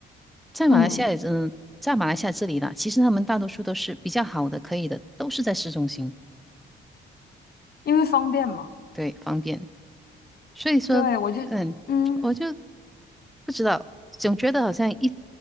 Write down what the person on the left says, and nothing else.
嗯，
因为方便嘛。
对，我就嗯